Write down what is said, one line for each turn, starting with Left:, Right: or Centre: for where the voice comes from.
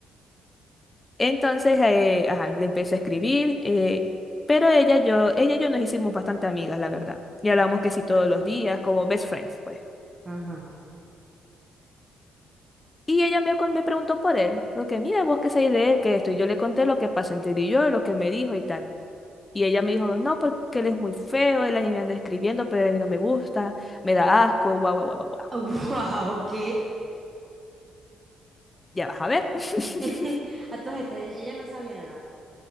Left: Entonces, eh, ajá, le empecé a escribir, eh, pero ella, yo, ella y yo nos hicimos bastante amigas, la verdad. Y hablamos que sí todos los días, como best friends, pues.
Right: Ajá.
Left: Y ella me, con- me preguntó por él, porque mira, vos qué sabés de él, que esto, y yo le conté lo que pasó entre él y yo, lo que me dijo y tal. Y ella me dijo, no, porque él es muy feo, él a mí me anda escribiendo, pero a mí no me gusta, me da asco, guau, guau, guau, guau. guau".
Right: Wow, ok.
Left: Ya vas a ver. <laughs>
Right: <laughs> A todas estas, ella ella no sabía nada.